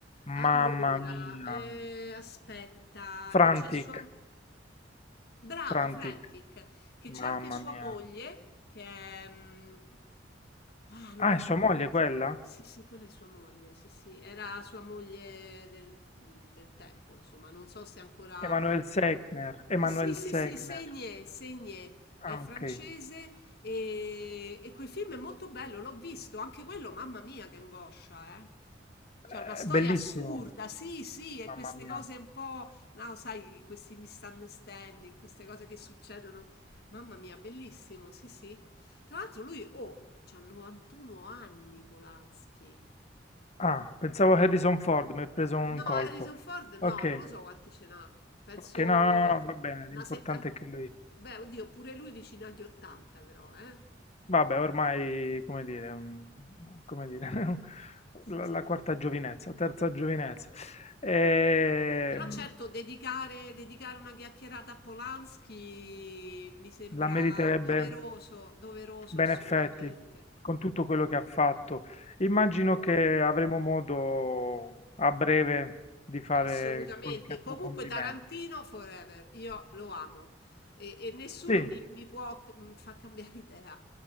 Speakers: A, on the left; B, on the left.
A: Allora,
B: Mamma mia.
A: eh, aspetta,
B: Frantic,
A: che c'è sua... Bravo,
B: Frantic.
A: Frantic, che
B: Mamma
A: c'è anche sua
B: mia.
A: moglie, che è... mm, Ah, non
B: Ah,
A: mi
B: è
A: ricordo
B: sua moglie
A: come...
B: quella?
A: si- Sì, sì, quella è sua moglie, sì, sì, era sua moglie del, mm, del tempo, insomma, non so se ancora...
B: Emanuel Segner. Emanuel
A: Sì, sì,
B: Segner.
A: sì, Seigné, Seigné, è
B: Ah,
A: francese
B: ok.
A: e, e quel film è molto bello, l'ho visto, anche quello, mamma mia, che angoscia, eh. Cioè,
B: Eh,
A: una storia
B: bellissimo.
A: assurda, sì, sì, e
B: Mamma
A: queste
B: mia.
A: cose un po', no, sai, questi misunderstanding, queste cose che succedono, mamma mia, bellissimo, sì, sì. Tra l'altro lui, oh, c'ha 91 anni Polanski,
B: Ah, pensavo Harrison Ford, mi ha preso un
A: No,
B: colpo.
A: Harrison Ford no,
B: Ok,
A: non lo so quanti ce n'ha. Penso
B: ok, no, no, no, va bene,
A: una
B: l'importante
A: 70.
B: è che lui...
A: Beh, oddio, pure lui vicino agli 80, però, eh.
B: Vabbè, ormai, come dire, mm, come dire, <laughs>
A: Sì,
B: la,
A: sì,
B: la quarta
A: sì.
B: giovinezza, terza giovinezza. Ehm,
A: Però certo, dedicare, dedicare una chiacchierata a Polanski mi sembra
B: la meriterebbe...
A: doveroso, doveroso
B: Ben
A: assolutamente.
B: effetti, con tutto quello che ha fatto.
A: No,
B: Immagino
A: veramente.
B: che avremo modo a breve di fare
A: Assolutamente.
B: qualche approfondimento.
A: Comunque Tarantino forever, io lo amo e, e nessuno
B: Sì,
A: mi, mi può mm, far cambiare idea.